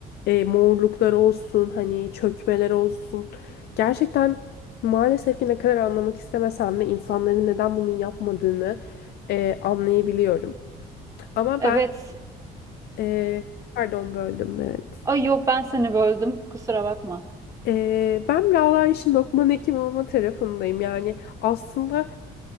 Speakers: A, on the left (about 70°); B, on the right (about 20°).
A: e, morluklar olsun, hani çökmeler olsun. Gerçekten Maalesef ki ne kadar anlamak istemesem de insanların neden bunu yapmadığını e, anlayabiliyorum. Ama
B: Evet.
A: ben e, pardon böldüm evet.
B: Ay yok ben seni böldüm. Kusura bakma.
A: Ee, ben biraz daha işin Lokman hekim olma tarafındayım. Yani aslında